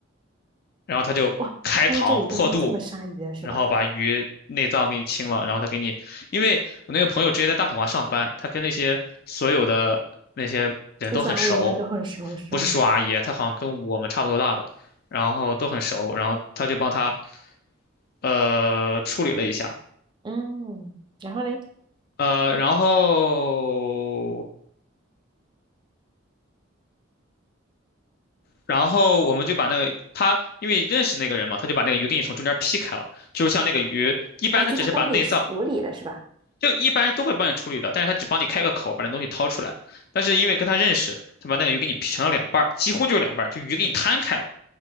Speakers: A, on the left; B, on the right.
A: 然后他就开膛破肚，
B: 哇，他们这里都是这么杀鱼的是吧？
A: 然后把鱼内脏给你清了，然后他给你，因为我那个朋友直接在大统华上班，他跟那些所有的那些人都很熟，
B: 叔叔阿姨们都很熟是吧？
A: 不是叔阿姨，他好像跟我们差不多大的，然后都很熟，然后他就帮他呃处理了一下，
B: 嗯，然后嘞？
A: 呃，然后然后我们就把那个他因为认识那个人嘛，他就把那个鱼给你从中间劈开了，就是像那个鱼一般，
B: 哦，
A: 他只是把内脏
B: 就他帮你处理了是吧？
A: 就一般人都会帮你处理的，但是他只帮你开个口，把那东西掏出来。但是因为跟他认识，他把那个鱼给你劈成了两半儿，几乎就是两半儿，就鱼给你摊开了，